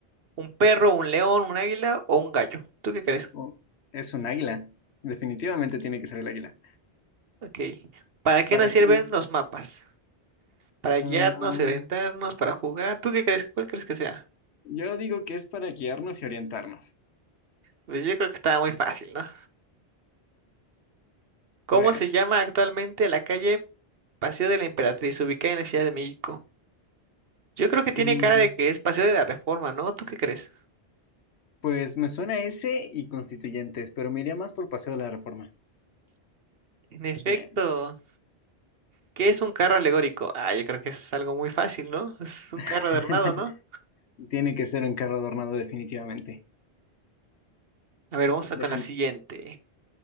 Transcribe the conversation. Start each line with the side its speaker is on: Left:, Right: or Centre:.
Right: ¿Un perro, un león, un águila o un gallo? ¿Tú qué crees?
Left: Oh, es un águila. Definitivamente tiene que ser el águila.
Right: Ok. ¿Para qué
Left: ¿Para
Right: nos sirven
Left: qué?
Right: los mapas? ¿Para guiarnos,
Left: Am,
Right: orientarnos, para jugar? ¿Tú qué crees? ¿Cuál crees que sea?
Left: yo digo que es para guiarnos y orientarnos.
Right: Pues yo creo que está muy fácil, ¿no? ¿Cómo
Left: A ver.
Right: se llama actualmente la calle Paseo de la Emperatriz, ubicada en la Ciudad de México? Yo creo que tiene
Left: mm,
Right: cara de que es Paseo de la Reforma, ¿no? ¿Tú qué crees?
Left: pues me suena ese y constituyentes, pero me iría más por Paseo de la Reforma.
Right: En efecto,
Left: Bien.
Right: ¿qué es un carro alegórico? Ah, yo creo que es algo muy fácil, ¿no? Es un carro
Left: <laughs>
Right: adornado, ¿no?
Left: Tiene que ser un carro adornado definitivamente.
Right: A ver, vamos a
Left: Déjame,
Right: con la siguiente.